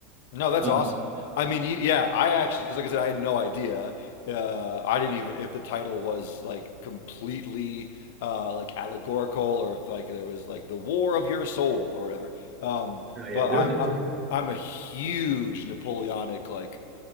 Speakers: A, on the left; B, on the right.
A: No, that's
B: Um,
A: awesome. I mean, you, yeah, I actually because like I said, I had no idea. Uh, I didn't even if the title was like completely uh, like allegorical or if like there was like the war of your soul or whatever. Um,
B: so yeah,
A: but
B: there,
A: I'm
B: there's.
A: I,
B: a-
A: I'm a huge Napoleonic like,